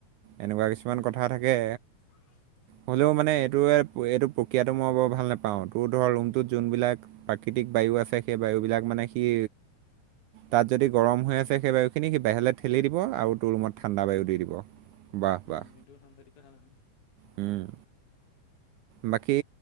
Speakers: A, on the right; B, on the left.
A: এনেকুৱা কিছুমান
B: উম
A: কথা
B: হয়
A: থাকে।
B: <inaudible>
A: হ'লেও মানে এইটো-এইটো প্ৰক্ৰিয়াতটো মই বৰ ভাল নোপাওঁ, তোৰ ধৰ ৰুমটোত যোনবিলাক প্ৰাকৃতিক বায়ু আছে সেই বায়ুবিলাক মানে সি তাত যদি গৰম হৈ আছে সেই বায়ু খিনি সি বাহিৰলৈ ঠেলি দিব, আৰু তোৰ ৰুমত ঠাণ্ডা বায়ু দি দিব। বাহ
B: উম,
A: বাহ
B: সেইটো সাংঘাতিক কথা নহয়।
A: উম, বাকী